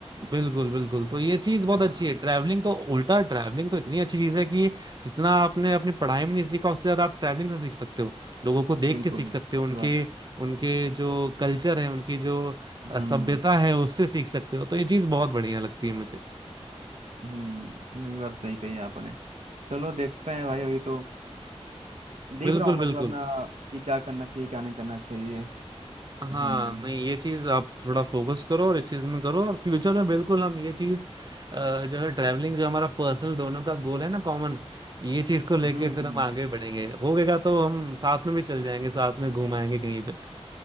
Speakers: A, on the right; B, on the right.
A: बिल्कुल बिल्कुल तो ये चीज बहुत
B: हाँ
A: अच्छी है ट्रैवलिंग तो उल्टा ट्रैवलिंग तो इतनी अच्छी चीज है कि जितना आपने अपनी पढ़ाई में नहीं सीखा उससे ज्यादा आप ट्रैवलिंग से सीख सकते हो लोगों को देख
B: बिल्कुल
A: के सीख सकते
B: ये
A: हो उनके
B: बात
A: उनके जो कल्चर है उनकी जो अ,
B: हम्म
A: सभ्यता है उससे सीख सकते हो तो ये चीज बहुत बढ़िया लगती है मुझे
B: हम्म नहीं बात सही कही आपने चलो देखते हैं भाई अभी तो देख
A: बिल्कुल
B: रहा हूँ मैं
A: बिल्कुल
B: थोड़ा अपना कि क्या करना चाहिए क्या नहीं करना चाहिए हम्म
A: हाँ नहीं ये चीज आप थोड़ा फोकस करो और इस चीज में करो और फ्यूचर में बिल्कुल हम ये चीज अ, जो है ट्रैवलिंग जो हमारा पर्सनल दोनों का गोल है ना कॉमन ये चीज को लेके
B: हम्म हम्म,
A: फिर
B: हम्म,
A: हम आगे बढ़ेंगे हो गएगा तो हम साथ में भी चल जाएंगे साथ में घुमाएंगे कहीं पे